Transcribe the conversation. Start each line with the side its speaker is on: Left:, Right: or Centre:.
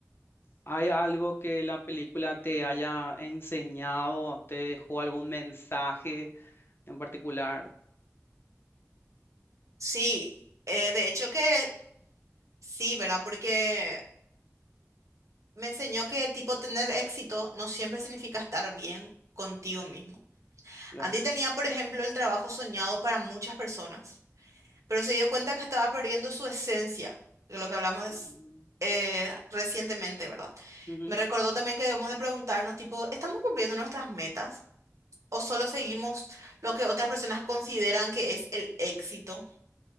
Left: hay algo que la película te haya enseñado, te dejó algún mensaje en particular?
Right: Sí, eh, de hecho que sí, ¿verdad? Porque me enseñó que tipo tener éxito no siempre significa estar bien contigo mismo.
Left: Claro.
Right: Andy tenía, por ejemplo, el trabajo soñado para muchas personas. pero se dio cuenta que estaba perdiendo su esencia, de lo que hablamos
Left: Mm,
Right: eh, recientemente, ¿verdad?
Left: ujú.
Right: Me recordó también que debemos de preguntarnos, tipo, ¿estamos cumpliendo nuestras metas? ¿O solo seguimos lo que otras personas consideran que es el éxito?